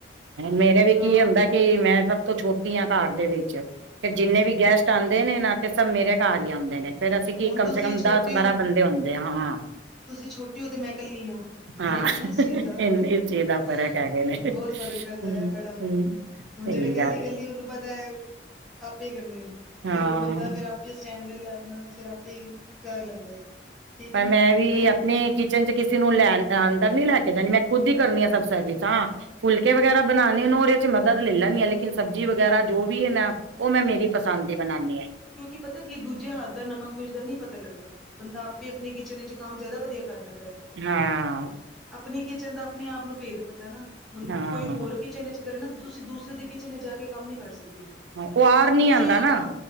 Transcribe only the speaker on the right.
ਮੇਰੇ
ਵਿੱਚ
ਇਹ ਹੁੰਦਾ ਕਿ ਮੈਂ ਸਭ ਤੋਂ ਛੋਟੀ ਆ ਘਰ ਦੇ ਵਿੱਚ, ਫੇਰ ਜਿੰਨੇ
ਵੀ ਗੈਸਟ ਚਾਹਦੇ ਨੇ ਨਾ ਤੇ ਸਭ ਮੇਰੇ ਘਰ ਹੀ ਆਉਂਦੇ ਨੇ। ਫੇਰ ਅਸੀਂ ਕਿ
ਕਮ
ਸੇ ਕੰਮ
ਦਸ- ਬਾਰਾਂ
ਬੰਦੇ ਹੁੰਦੇ ਹਾਂ।
ਹਾਂ
ਇਸ ਚੀਜ਼
ਦਾ ਫ਼ਰਕ ਹੈਗੇ ਨੇ ਹਮ
ਹਮ ਸਹੀ
ਗੱਲ ਹੈ
ਹਾਂ
ਪਰ
ਮੈਂ ਵੀ
ਆਪਣੇ ਕਿਚਨ ਚ' ਕਿਸੇ ਨੂੰ ਲੈਣ ਅੰਦਰ ਨੀ ਲੈ ਕੇ ਜਾਣੀ ਮੈਂ ਖੁਦ ਹੀ ਕਰਨੀ ਆ ਸਬ ਸ ਹਾਂ। ਫੁਲਕੇ ਵਗੈਰਾ ਬਣਾਉਂਣੇ ਹੋਣ ਉਹਦੇ ਚ' ਮਦਦ ਲੈ ਲੈਂਦੀ ਹਾਂ। ਲੇਕਿਨ ਸਬਜ਼ੀ ਵਗੈਰਾ ਜੋ ਵੀ ਇਹ ਨਾ ਉਹ ਮੈਂ ਮੇਰੀ ਪਸੰਦ ਦੀ ਬਣਾਨੀ ਹਾਂ।
ਹਾਂ।
ਹਾਂ
ਉਹ ਆਰ
ਨੀ ਆਂਦਾ
ਨਾ